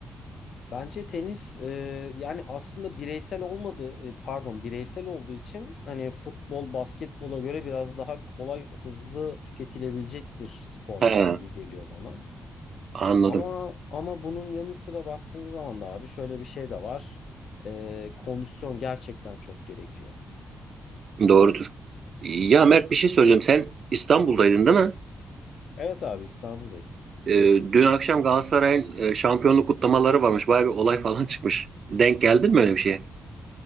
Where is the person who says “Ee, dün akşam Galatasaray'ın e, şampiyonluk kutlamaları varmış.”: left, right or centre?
Right